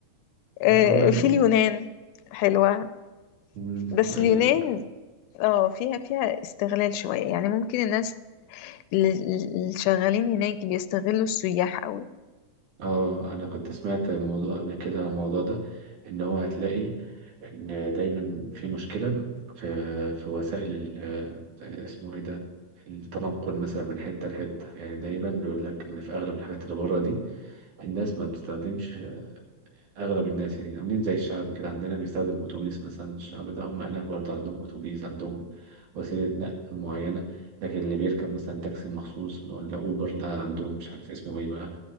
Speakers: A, on the left; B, on the right.
A: آه،
B: هو ال...
A: في اليونان حلوة
B: مم.
A: بس
B: أيوة،
A: اليونان اه فيها فيها استغلال شوية يعني ممكن الناس ال- ال- اللي شغالين هناك بيستغلوا السياح قوي
B: اه انا كنت سمعت الموضوع قبل كده عن الموضوع ده ان هو هتلاقي ان دايما في مشكلة في في وسائل ال- آه، اسمه ايه ده التنقل مثلا من حتة لحتة يعني دايما بيقول لك ان في اغلب الحاجات اللي بره دي الناس ما بتستخدمش اغلب الناس يعني عاملين زي الشعب كده عندنا بيستخدم اتوبيس مثلا الشعب ده هم هناك برضه عندهم اتوبيس عندهم وسيله نقل معينه لكن اللي بيركب مثلا تاكسي مخصوص ولا اوبر ده عندهم مش عارف اسمه ايه بقى